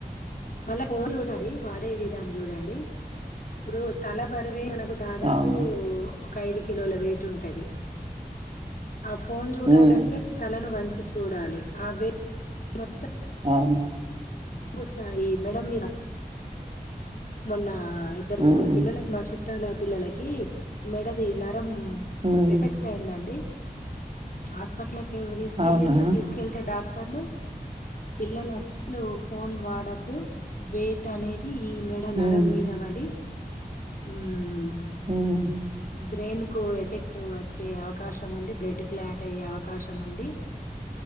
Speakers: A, on the left (about 60°); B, on the right (about 40°).
A: మల్ల ఫోన్ చు వాడే విధాం చూడండి ఇప్పుడు తల బరువే మన ఓ దాదాపు
B: అవును
A: ఒక ఐదు కిలోల వెయిట్ ఉంటది ఆ ఫోన్ చూడాలంటే
B: ఉమ్
A: తలను వంచి చూడాలి అవిే మొత్తం
B: అవునా
A: సయి మేడంమ్ మీద మొన్న ఇద్దరు ముగ్గురు
B: ఉమ్
A: పిల్లలకు మా చుట్ట చుట్టాల పిల్లలకి మెడది నా
B: ఉమ్
A: ఎఫెక్ట్ అయిందండి హాస్పిట్ల తీసుకెళ్ళిండ్రు
B: అవునా
A: తీసుకళ్తే డాక్ పిల్లలు పిల్లలు అస్లు ఫోన్ వాడద్దు వెయిట్ అనేది ఈ మెడ నరం
B: ఉమ్
A: మీద పడి ఊమ్
B: మ్
A: బ్రెయిన్ కు ఎఫెక్ట్ వచ్చే అవకాశం ఉంది బ్లడ్ క్లాట్ అయ్యే అవకాశం ఉంది